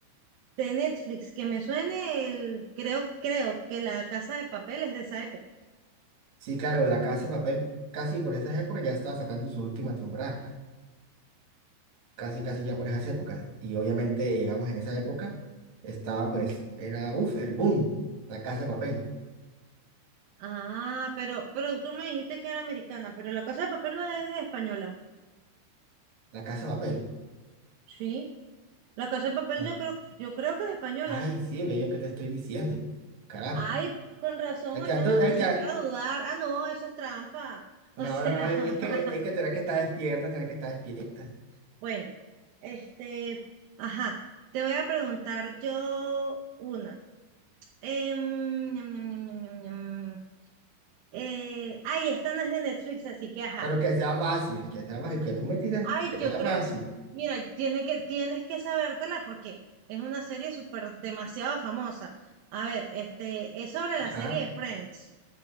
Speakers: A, on the right; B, on the right.
A: de Netflix, que me suene el, creo, creo que La Casa de Papel es de esa época.
B: Sí, claro, La Casa de Papel, casi por esas épocas ya estaba sacando su última temporada. casi casi ya por esas épocas. Y obviamente, digamos, en esa época estaba pues, era, uff, el boom, la casa de papel,
A: Ah, pero, pero tú me dijiste que era americana, pero La Casa de Papel no es española.
B: la casa de papel.
A: Sí, La Casa de Papel
B: Ya.
A: yo creo, yo creo que es española.
B: Ay, sí, bello que te estoy diciendo. Carajo.
A: Ay, con razón,
B: El
A: o
B: que
A: sea,
B: ando-
A: me pusiste
B: el que,
A: a dudar. Ah, no, eso es trampa. <laughs>
B: no,
A: O sea,
B: no, no, es
A: <laughs>
B: que es que tener que estar despierta, tener que estar despierta.
A: bueno. Este, ajá, te voy a preguntar yo una. Em, ñam, ñam, ñam, ñam, ñam, ñam. Eh, ay, esta no es de Netflix, así que ajá.
B: Pero que sea fácil, que sea fácil, que tú me tiras,
A: Ay,
B: que
A: yo
B: sea
A: creo,
B: fácil.
A: mira, tiene que, tienes que sabértela porque es una serie súper demasiado famosa. A ver, este, es sobre
B: Ajá.
A: la serie de Friends.